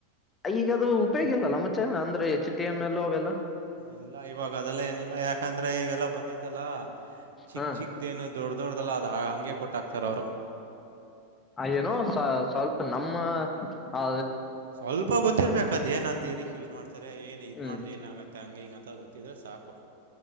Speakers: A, on the left; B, on the right.
A: ಈಗದು ಉಪಯೋಗಿಲ್ಲಲ್ಲ ಮುಚಾ ಅಂದ್ರೆ ಚಿ ಟಿ ಎಮ್ ಎಲ್ಲ ಅವೆಲ್ಲ
B: ಇಲ್ಲ ಇವಾಗ ಅದೆಲ್ಲ ಏನಿಲ್ಲ ಯಾಕಂದ್ರೆ ಈವೆಲ್ಲಾ ಬಂದೈತಲ್ಲ ಚಿಕ್
A: ಹಾ
B: ಚಿಕ್ ತನ ದೊಡ ದೊಡ್ದಲ್ಲ ಅ ಹಂಗೆ ಕೊಟ್ಟ ಹಕ್ತಾರೆ ಅವರು
A: ಏನೋ ಸ್ವಲ್ಪ ನಮ್ಮ ಅ
B: ಸ್ವಲ್ಪ ಗೊತ್ತಿರ್ಬೇಕದ್ ಏನ್ ಅಂತ ಏನಕ್ ಯೂಸ್ ಮಾಡ್ತಾರೆ ಏನ್ ಇದ್
A: ಹ್ಮ್
B: ಮಾಡ್ದ್ ಏನ್ ಆಗತ್ತೆ ಹಂಗ ಹಿಂಗ ಅಂತ ಗೊತ್ತಿದ್ರೆ ಸಾಕು